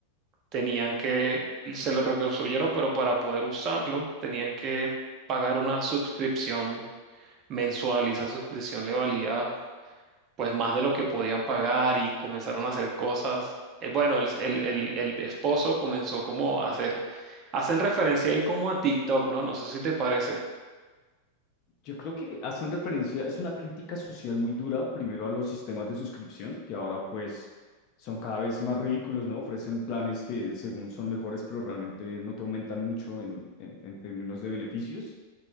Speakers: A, on the right (about 35°); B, on the left (about 40°).
A: tenían que, se lo reconstruyeron, pero para poder usarlo tenían que pagar una suscripción mensual y esa suscripción le valía pues más de lo que podían pagar y comenzaron a hacer cosas. Eh, bueno, el, el, el, el esposo comenzó como a hacer, hacen referencia ahí como a TikTok, ¿no? No sé si te parece.
B: Yo creo que hacen referencia, es una crítica social muy dura, primero a los sistemas de suscripción, que ahora pues son cada vez más ridículos, ¿no? Ofrecen planes que según son mejores, pero realmente no te aumentan mucho en, en, en términos de beneficios.